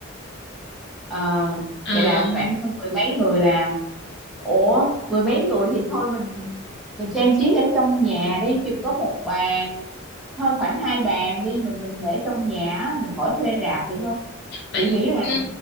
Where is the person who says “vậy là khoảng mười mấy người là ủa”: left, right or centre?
Centre